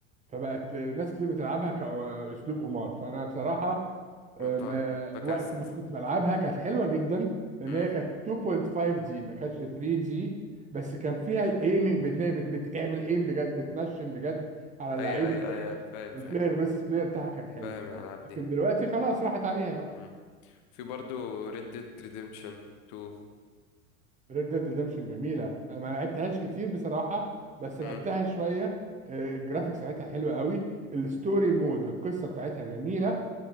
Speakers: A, on the right; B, on the left.
A: فبقت ناس كتير بتلعبها كأسلوب قمار فأنا بصراحة
B: ب-
A: أم، آه،
B: فكست
A: وقت ما كنت بلعبها كانت حلوه جدا لان
B: امم
A: هي كانت 2.5 دي ما كانتش 3 دي بس كان فيها الايمنج بتنا... بت... بتعمل ايم بجد بتنشن بجد على اللعيب
B: اي اي
A: التاني
B: اي انا فاهم
A: والبلاير
B: فاهم
A: فيرسس بلاير بتاعها كان حلو
B: فاهم الالعاب
A: لكن
B: دي
A: دلوقتي خلاص راحت عليها بقى
B: امم في برضو Red Dead Redemption 2
A: ريد ديد ريدمشن جميله انا ما لعبتهاش كتير بصراحه بس
B: امم
A: لعبتها شويه آه، الجرافيكس بتاعتها حلوه قوي الستوري مود القصه بتاعتها جميله